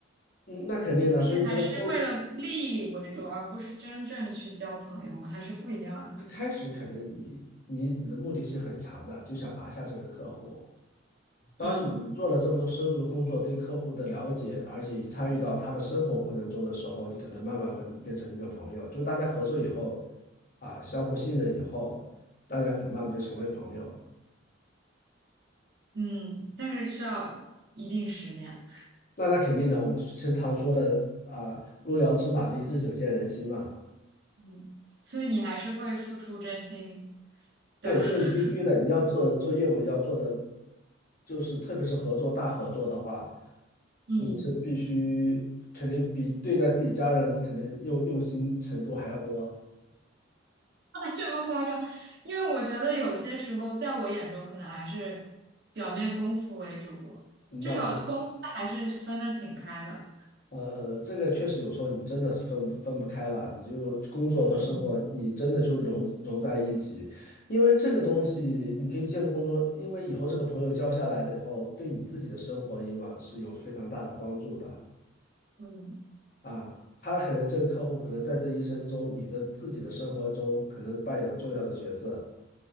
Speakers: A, on the left; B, on the right.
A: 嗯，那肯定的，
B: 毕竟还是为了利益为主，
A: 所以他的收。
B: 而不是真正去交朋友嘛，还是不一样的。
A: 一开始可能你你你的目的性很强的，就想拿下这个客户。当你做了这么多深入的工作，
B: 嗯
A: 对客户的了解，而且也参与到他的生活过程中的时候，你可能慢慢会变成一个朋友。就大家合作以后，啊，相互信任以后，大家可能慢慢就成为朋友。
B: 嗯，但是需要一定时间。
A: 那他肯定的，我们经常说的啊，路遥知马力，日久见人心嘛。
B: 嗯，所以你还是会付出真心的。
A: 对，这个必须的。
B: <laughs>
A: 你要做做业务，要做的就是，特别是合作大合作的话，
B: 嗯，
A: 你是必须肯定比对待自己家人的肯定用用心程度还要多。
B: 啊这么夸张？因为我觉得有些时候，在我眼中，可能还是表面功夫为主，
A: 嗯那不是，
B: 至少公司还是分得挺开的。
A: 呃，这个确实有时候你真的分分不开了，你就工作和生活，
B: 嗯
A: 你真的就融融在一起。因为这个东西，你可以借助工作，因为以后这个朋友交下来的以后，对你自己的生活以往是有非常大的帮助的。
B: 嗯
A: 啊，他可能这个客户可能在这一生中，你的自己的生活中可能扮演了重要的角色。